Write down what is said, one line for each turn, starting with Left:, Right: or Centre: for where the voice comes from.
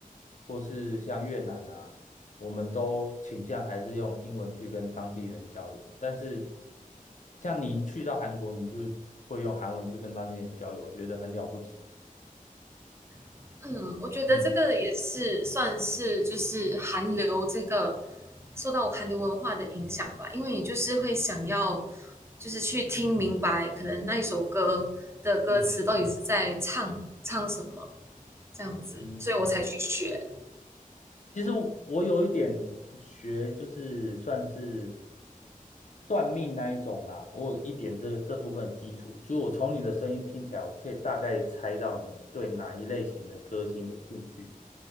Left: 或是像越南啊，我们都倾向还是用英文去跟当地人交流。但是像你去到韩国，你就会用韩文去跟当地人交流，我觉得很了不起。
Right: <laughs> 嗯，我觉得这个也是算是就是韩流这个
Left: 嗯。
Right: 受到韩流文化的影响吧，因为你就是会想要就是去听明白，可能那一首歌的歌词到底是在唱唱什么
Left: 嗯
Right: 这样子，
Left: 嗯，
Right: 所以我才去学。
Left: 其实我有一点学，就是算是算命那一种啦，我有一点这个这部分的基础，就我从你的声音听起来，我可以大概猜到你对哪一类型的歌星有兴趣，